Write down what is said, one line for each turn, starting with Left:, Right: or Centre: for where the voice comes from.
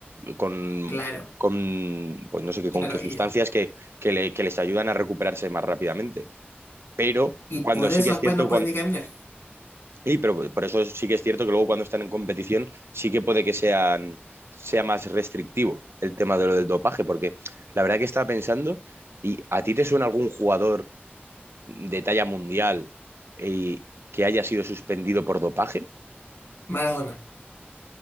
Right: con,
Left: Claro,
Right: con, pues no sé qué,
Left: claro.
Right: con qué sustancias
Left: Y,
Right: que, que, le- que les ayudan a recuperarse más rápidamente. Pero
Left: y por
Right: cuando
Left: eso
Right: sí que
Left: después
Right: es cierto,
Left: no pueden
Right: cuando...
Left: ni caminar.
Right: Y, pero por eso sí que es cierto que luego cuando están en competición sí que puede que sean, sea más restrictivo el tema de lo del dopaje, porque la verdad que estaba pensando, ¿y a ti te suena algún jugador de talla mundial eh, que haya sido suspendido por dopaje?
Left: <laughs> Maradona.